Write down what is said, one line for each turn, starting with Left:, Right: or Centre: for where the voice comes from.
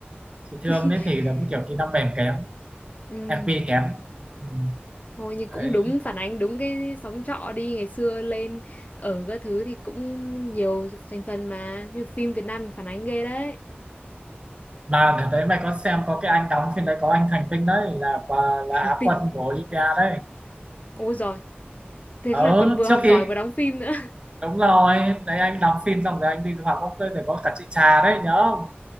Right: chị Thương
Left: <laughs>
Right: đấy thì giống như kiểu kỹ năng mềm kém
Left: Ừ,
Right: EQ kém ừ.
Left: thôi nhưng
Right: đấy
Left: cũng đúng phản ánh đúng cái xóm trọ đi ngày xưa lên ở các thứ thì cũng nhiều thành phần mà như phim Việt Nam mình phản ánh ghê đấy
Right: mà đợt đấy mày có xem có cái anh đóng phim đấy có anh Thành Vinh đấy là quả là
Left: <laughs> thành
Right: Á
Left: tinh
Right: quân của Olympia đấy
Left: ôi giời thế
Right: ờ
Left: là còn vừa học
Right: trước khi
Left: giỏi vừa đóng phim nữa
Right: đúng rồi đấy anh đóng phim xong rồi anh đi du học bốc rồi có cả chị Trà đấy nhớ không